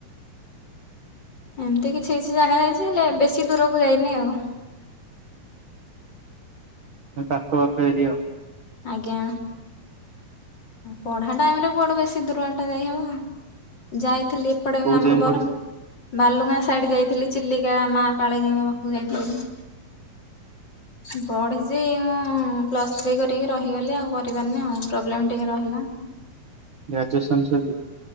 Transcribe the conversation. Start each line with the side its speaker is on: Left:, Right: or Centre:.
Left: ଏମତି କିଛି ଏଛି ଜାଗା ଯାଇଚି ହେଲେ ବେଶୀ ଦୂରକୁ ଯାଇନି ଆଉ।
Right: ପାଖ ପାଖ ଏରିଆ।
Left: ଆଜ୍ଞା। ପଢା ଟାଇମରେ କୁଆଡୁ ବେଶୀ ଦୂର ବାଟ ଯାଇହବ। ଯାଇଥିଲି ଏପଟେ
Right: କୋଉ
Left: ଆମର
Right: ଯାଏଁ
Left: ବର
Right: ପଢିଛନ୍ତି
Left: ବାଲୁଙ୍ଗା ସାଇଡ ଯାଇଥିଲି ଚିଲିକା ମା କାଳିଜାଇଙ୍କ ପାଖକୁ ଯାଇଥିଲି। ପଢିଚି ମୁଁ ପ୍ଲସ୍ ଥ୍ରୀ କରି ଟିକେ ରହିଗଲି ଆଉ କରିପାରିନି ଆଉ ପ୍ରୋବ୍ଲେମ ଟିକେ ରହିଲା।
Right: ଗ୍ରାଜୁଏସନ ସରବି।